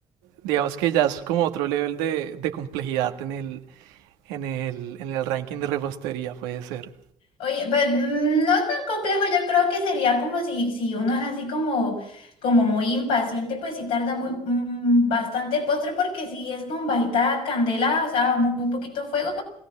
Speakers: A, on the right (about 85°); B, on the left (about 85°).
A: digamos que ya es como otro nivel de, de complejidad en el, en el, en el ranking de repostería, puede ser.
B: Oye, pues mm, no tan complejo, yo creo que sería como si, si uno es así como, como muy impaciente, pues sí tarda muy mm, bastante el postre porque sí es con bajita candela, o sea, muy, muy poquito fuego